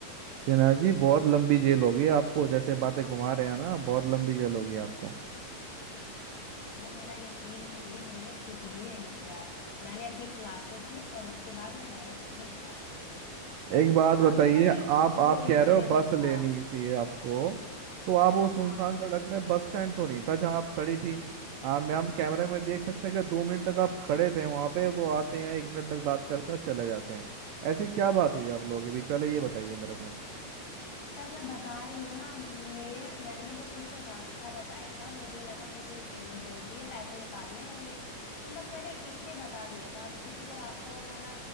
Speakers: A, on the right; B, on the left.
A: सिन्हा जी बहुत लंबी जेल होगी आपको जैसे बातें घुमा रहे हैं ना बहुत लंबी जेल होगी आपको
B: सर मेरा यकीन करिए मैंने कुछ भी नहीं किया है मैंने अपनी क्लासेस ली और उसके बाद मैं डायरेक्ट अपने घर आ गई थी बस
A: एक बात बताइए
B: और वो बस
A: आप
B: एक को
A: आप
B: इंसिडेंस
A: कह रहे हो बस
B: था
A: लेनी थी आपको तो आप वो सुनसान
B: हाँ
A: सड़क में बस स्टैंड तो नहीं था जहां आप खड़ी थी आप मैं हम कैमरे में देख सकते हैं कि दो मिनट तक आप खड़े थे वहां पे वो आते हैं एक मिनट तक बात करते हैं और चले जाते हैं ऐसी क्या बात हुई आप लोगों के बीच पहले ये बताइए मेरे को
B: सर मैं बता रही हूँ ना मैं मैंने बस उनको रास्ता बताया था मुझे लगा उनको इमरजेंसी है पैसे निकालने होंगे तो बस मैंने इसलिए बता दिया था अब किसी को रास्ता बताना